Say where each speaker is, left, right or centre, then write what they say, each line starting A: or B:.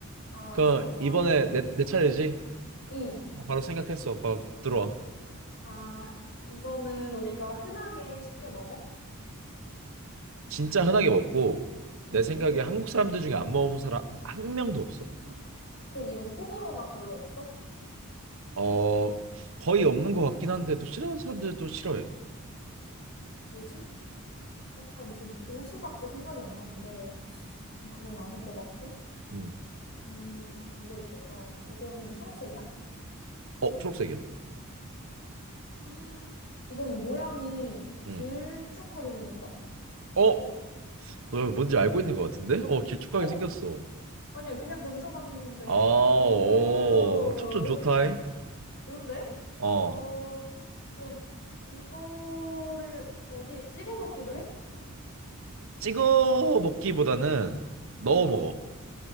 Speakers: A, on the left; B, on the right.
A: 아,
B: 그럼
A: 좋아, 좋아.
B: 이번에 내, 내 차례지?
A: 응.
B: 어, 바로 생각했어. 바로 들어와.
A: 아, 이거는 우리가 흔하게 쉽게 먹어?
B: 진짜 흔하게 먹고 내
A: 응.
B: 생각에 한국 사람들 중에 안 먹은 사람 한 명도 없어.
A: 헉, 그럼 이건 호불호가 별로 없어?
B: 어, 거의 없는 것 같긴 한데 또 싫어하는 사람들도 싫어해.
A: 뭐지? 약간 지금 고수밖에 생각이 안 나는데, 어, 그건 아닐 것 같고.
B: 음.
A: 음, 뭐가 있을까? 이거는 초록색이야?
B: 어, 초록색이야.
A: 아, 이거는 모양이 길쭉하게
B: 음.
A: 생겼어?
B: 어, 너 뭔지 알고 있는 것 같은데? 어, 길쭉하게
A: 어?
B: 생겼어.
A: 아니야, 그냥 던져봤는데,
B: 아, 오,
A: 오,
B: 초점 좋다.
A: 좋은데?
B: 어,
A: 어, 그럼 이거를 어디에 찍어 먹기도 해?
B: 찍어 먹기보다는 넣어
A: 응,
B: 먹어.